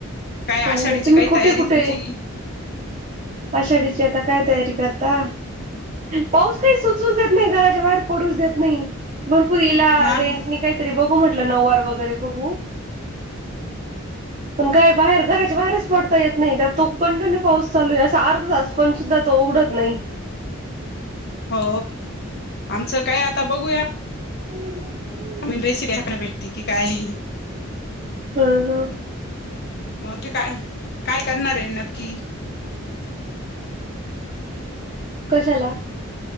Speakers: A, on the left (about 50°); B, on the right (about 35°).
A: काय आषाढीची
B: काही नाही तुम्ही कुठे
A: तयारी
B: कुठे.
A: तुमची
B: आषाढीची आता काय तयारी करता पाऊस काय सुचू नाही घराच्या बाहेर पडच देत नाही भरपूर इला
A: हा
B: रेंट.
A: ना
B: काहीतरी बघू म्हटलं नऊवार वगैरे बघू. पण काय बाहेर घराच्या
A: नाही
B: बाहेरच पडता येत नाही तर तो कंटिन्यू पाऊस चालू आहे. सार्थास पण सुद्धा तो उघडत नाही.
A: हो आमचं काय आता बघूया.
B: ब.
A: न्रस कायकना भेटती की काय.
B: हा हा.
A: मग तेू काय काय करणार आहे नक्की.
B: कशाला?